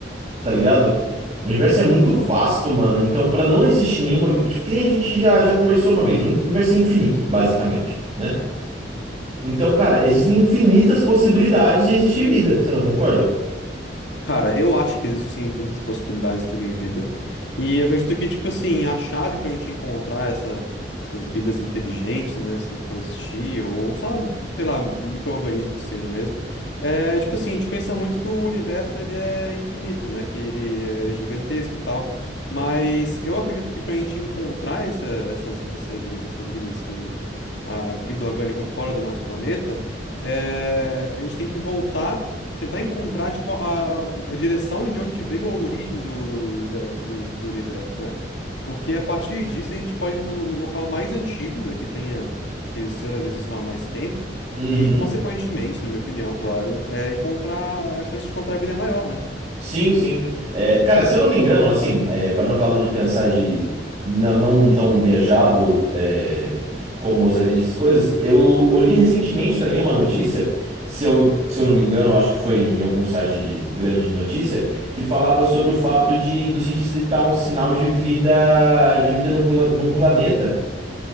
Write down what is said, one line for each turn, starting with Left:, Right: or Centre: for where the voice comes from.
Right: tá ligado? O universo é muito vasto, mano, então pra não existir nenhuma. vi- Tipo, que nem a gente já, já conversou uma vez, o universo é infinito, basicamente, né? Então, cara, existem infinitas possibilidades de existir vida, você não concorda?
Left: Cara, eu acho que existem infinitas possibilidades de terem vida. E acredito que, tipo assim, a chave pra gente encontrar essa- essas vidas inteligentes, né? Se for existir, ou só, sei lá, micro-organismo que seja mesmo. É, tipo assim, a gente pensa muito que o universo, ele é infinito, né? Que ele é gigantesco e tal. Mas eu acredito que pra gente encontrar essa- essas, essas, vida- essas vidas que... A vida orgânica fora do nosso planeta, é, a gente tem que voltar Tentar encontrar, tipo, a, a direção de onde veio a origem do, da- do, do universo, né? Porque a partir disso a gente pode ir para o local mais antigo, né? Que tenha, que se elas existam há mais tempo.
Right: Uhum.
Left: E, consequentemente, na minha opinião, claro, é encontrar, a chance de encontrar vida é maior, né?
Right: Sim, sim. É, cara, se eu não me engano, assim, é, parando para lado de pensar de não, não tão viajado é, como os aliens, essas coisas, eu, eu li recentemente também uma notícia, se eu, se eu não me engano, acho que foi em algum site de grande notícia, que falava sobre o fato de do cientista detectar um sinal de vida de vida no, pla- num planeta.